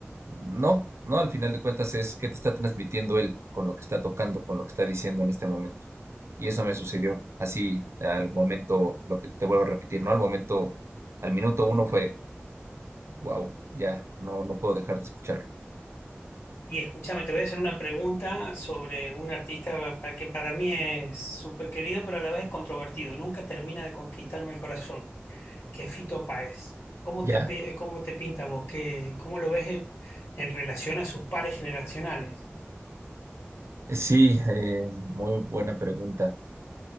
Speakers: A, on the right; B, on the left.
A: no, no, al final de cuentas es qué te está transmitiendo él con lo que está tocando, con lo que está diciendo en este momento. Y eso me sucedió así al momento, lo que te vuelvo a repetir, ¿no? Al momento, al minuto uno fue Wow, ya, no, no puedo dejar de escucharlo.
B: Y escúchame, te voy a hacer una pregunta sobre un artista pa- que para mí es súper querido, pero a la vez controvertido. Nunca termina de conquistarme el corazón, que es Fito Páez. ¿Cómo
A: Ya,
B: te, pe- cómo te pinta vos? ¿Qué, cómo lo ves en en relación a sus pares generacionales?
A: eh, sí, eh, muy buena pregunta.